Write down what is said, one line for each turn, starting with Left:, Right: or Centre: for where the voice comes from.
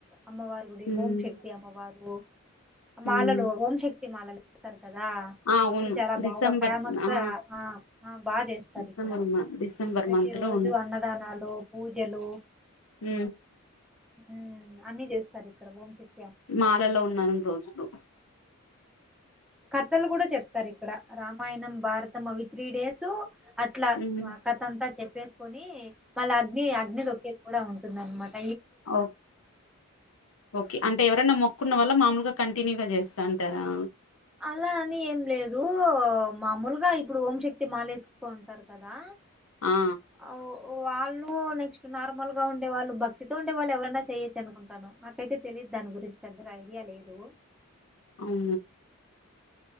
Centre: అమ్మవారీ గుడి
Left: ఉమ్
Centre: ఓం శక్తి అమ్మవారు మాలలు
Left: ఉమ్
Centre: ఓం శత్తి మాాలలు ఏస్తార్ కదా
Left: ఆ అవును
Centre: అప్పుడు చాలా
Left: డిసెంబర్
Centre: బాగా ఫేమస్గా
Left: ఆ
Centre: ఆ బాగా చేస్తారు.
Left: డిసెంబర్
Centre: ఇక్కడ
Left: మ డిసెంబర్
Centre: ప్రతి
Left: మంత్
Centre: రోజు
Left: లో
Centre: అన్నదానాలు పూజలు
Left: హ్
Centre: ఉమ్ అన్ని చేస్తారు ఇక్కడ ఓం శక్తి
Left: మాలలో ఉన్నాన్నీ రోజులు
Centre: క పెద్దలు కూడా చెప్తారు ఇక్కడ రామ్ రామాయణం భారతం అవి త్రీ డేస్ అట్లా
Left: ఉమ్
Centre: మా కతంటా చెప్పేసి కొని మళ్ళ అగ్ని అగ్ని దొక్కేది కూడా ఉంటుంది న్నమాట
Left: ఓ ఓకే అంటే ఎవరనా మొక్కున్న వల్ళ మామలుగా కంటిన్యూగా చేస్తాంటారా
Centre: అలా అని ఏం లేదు మామూలుగా ఇప్పుడు ఓంశక్తి మాలేసుకోంటారు కదా
Left: ఆ ఆ
Centre: అ వాళ్ళ డు నెక్స్ట్ నార్మల్ గా ఉండే వాళ్ళు భక్తితో ఉండే వాళ్ళు ఎవరైనా చేయొచ్చు అనుకుంటాను నాకైతే తెలియదు దాని గురించి పెద్దగా ఐడియా లేదు
Left: అవు